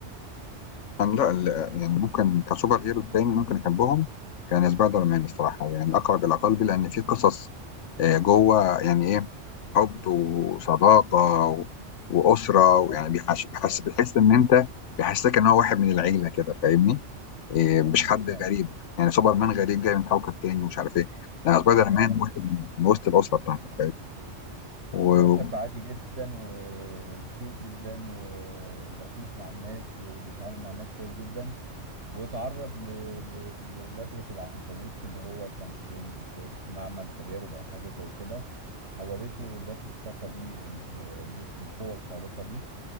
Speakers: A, on the left (about 80°); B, on the right (about 70°).
A: كان لا ال- يعني ممكن كسوبر هيرو تاني ممكن احبهم كان سبايدر مان الصراحه يعني اقرب الى قلبي لان في قصص آه، جوه يعني ايه حب وصداقه و- واسره
B: بالظبط
A: ويعني بيحس
B: بالظبط.
A: بيحس بيحس ان انت بيحسسك ان هو واحد من العيله كده فاهمني إيه
B: حقيقي
A: مش حد
B: فعلا
A: غريب يعني سوبر مان غريب جاي من كوكب تاني ومش عارف ايه
B: بالظبط
A: لان سبايدر مان
B: اه
A: واحد من من وسط الاسره بتاعتك فاهمني
B: هو شاب عادي جدا وكيوت جدا ولطيف مع الناس وبيتعامل مع الناس كويس جدا واتعرض ل- ل- ل- لدغة العنكبوت اللي هو كان في في في معمل تجارب أو حاجة زي كده حولته ادت له الطاقة دي ال- ادت له القوة الخارقة دي